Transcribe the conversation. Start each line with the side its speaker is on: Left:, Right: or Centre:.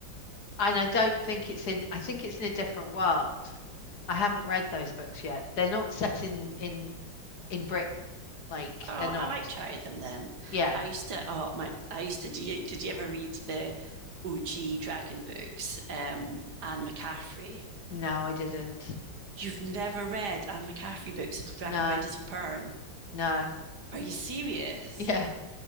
Left: and I don't think it's in I think it's in a different world. I haven't read those books yet. They're not set in in in Britain. Like
Right: oh,
Left: they're not.
Right: I might try them then.
Left: Yeah.
Right: I used to, oh, my, I used to, do you, did you ever read the OG Dragon books? Um, Anne McCaffrey.
Left: No, I didn't.
Right: You've never read Anne McCaffrey books, Dragon
Left: No,
Right: Riders of Pern.
Left: no.
Right: Are you serious?
Left: Yeah,